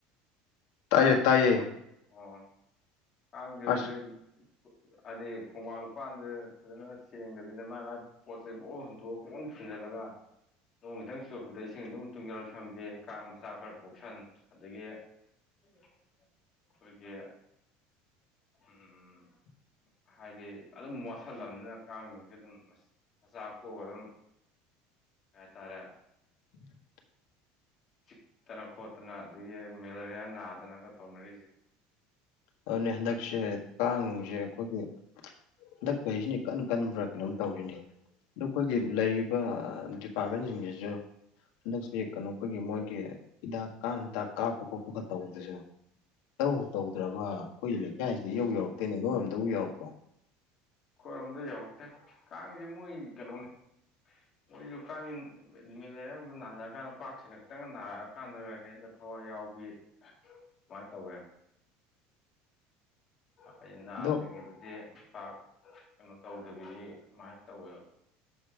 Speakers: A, on the left (about 70°); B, on the left (about 25°).
A: ꯇꯥꯏꯌꯦ ꯇꯥꯏꯌꯦ
B: ꯑꯣ ꯀꯥꯡꯁꯦ ꯍꯧꯖꯤꯛ
A: ꯑꯁ
B: ꯍꯥꯏꯗꯤ ꯈꯣꯡꯕꯥꯟ ꯂꯨꯄꯥꯟꯁ ꯐꯖꯅ ꯁꯦꯡꯗꯕꯤꯗ ꯃꯥꯏ ꯃꯥꯏ ꯄꯣꯠꯁꯦ ꯄꯣꯔ ꯍꯨꯟꯇꯣꯛꯑꯑꯣ ꯄꯣꯟ ꯊꯨꯖꯜꯂꯒ ꯅꯣꯡ ꯈꯤꯇꯪ ꯆꯨꯔꯛꯄꯗ ꯏꯁꯤꯡ ꯑꯗꯨꯝ ꯇꯨꯡꯖꯦꯜꯂꯒ ꯊꯝꯕꯤ ꯀꯥꯡ ꯃꯆꯥ ꯈꯔ ꯀꯣꯛꯁꯟ ꯑꯗꯒꯤ <unintelligible> ꯑꯩꯈꯣꯏꯒꯤ ꯎꯝ
A: <inaudible>
B: ꯍꯥꯏꯗꯤ ꯑꯗꯨꯝ ꯃꯣꯠꯁꯤꯜꯂꯝꯕꯅꯤꯅ ꯀꯥꯡꯅꯨꯡꯁꯦ ꯑꯗꯨꯝ ꯃꯆꯥꯥꯛ ꯄꯣꯛꯕ ꯑꯗꯨꯝ ꯀꯩ ꯍꯥꯏꯇꯥꯔꯦ
A: <inaudible>
B: ꯆꯤꯛꯇꯅ ꯈꯣꯠꯇꯅ ꯑꯗꯒꯤ ꯃꯦꯂꯔꯤꯌꯥ ꯅꯥꯗꯅꯒ ꯇꯧꯅꯔꯤꯁꯦ
A: ꯑꯗꯨꯅꯦ ꯍꯟꯗꯛꯁꯦ ꯀꯥꯡꯅꯨꯡꯁꯦ ꯑꯩꯈꯣꯏꯒꯤ ꯍꯟꯗꯛꯄꯩꯁꯤꯅꯤ ꯀꯟ ꯀꯟꯕ꯭ꯔꯥ ꯀꯩꯅꯣꯝ ꯇꯧꯔꯤꯅꯤ ꯑ ꯑꯩꯈꯣꯏꯒꯤ ꯂꯩꯔꯤꯕ ꯗꯤꯄꯥꯔꯠꯃꯦꯟꯁꯤꯡꯁꯤꯁꯨ ꯍꯟꯗꯛꯁꯦ ꯀꯩꯅꯣ ꯑꯩꯈꯣꯏꯒꯤ ꯃꯣꯏꯒꯤ ꯍꯤꯗꯥꯛ ꯀꯥꯡ ꯍꯤꯗꯥꯛ ꯀꯥꯞꯄ ꯈꯣꯠꯄ ꯑꯗꯨꯒ ꯇꯧꯗꯣꯏꯁꯨ ꯇꯧ ꯇꯧ ꯑꯩꯈꯣꯏꯒꯤ ꯂꯩꯀꯥꯏꯁꯤꯗ ꯏꯌꯧ ꯌꯧꯔꯛꯇꯦ ꯅꯣꯏꯔꯝꯗꯕꯨ ꯌꯔꯛꯄꯔꯣ
B: ꯑꯩꯈꯣꯏꯔꯣꯝꯗ ꯌꯥꯎꯔꯛꯇꯦ ꯀꯥꯡꯁꯦ ꯃꯣꯏ ꯀꯩꯅꯣꯅꯤ ꯃꯣꯏꯁꯨ ꯀꯥꯡꯁꯤ ꯃꯦꯂꯦꯔꯤꯌꯥꯒꯨꯝꯕ ꯅꯥꯟꯅꯔꯀꯥꯟꯗ ꯄꯥꯛꯁꯤꯅ ꯈꯤꯇꯪ ꯅꯥꯔꯛꯑꯀꯥꯟꯗꯒ ꯍꯦꯟꯅ ꯊꯋꯥꯏ ꯌꯥꯎꯕꯤ ꯁꯨꯃꯥꯏꯅ ꯇꯧꯋꯦ ꯍꯥꯏꯗꯤ ꯅꯥꯗ꯭ꯔꯤꯉꯩꯗꯗꯤ
A: ꯑꯗꯣ
B: ꯄꯥꯛ ꯀꯩꯅꯣ ꯇꯧꯗꯕꯤꯒꯤ ꯑꯗꯨꯃꯥꯏꯅ ꯇꯧꯋꯦꯕ